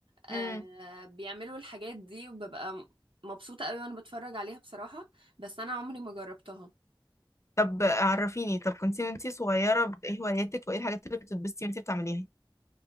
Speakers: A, on the right; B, on the left.
A: آه
B: امم
A: بيعملوا الحاجات دي وببقى م- مبسوطة قوي وانا بتفرج عليها بصراحة بس انا عمري ما جربتها
B: طب عرفيني طب كنتي وانتي صغيرة ب- ايه هواياتك وايه الحاجات اللي بتتبسطي وانتي بتعمليها